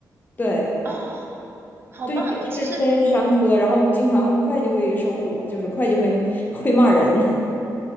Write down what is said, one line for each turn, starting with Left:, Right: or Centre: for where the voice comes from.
Left: 对
Right: 哦，好棒！
Left: 对，也是偏商科。
Right: 其实
Left: 然后经常会计会收拾我，就是会计会会骂人。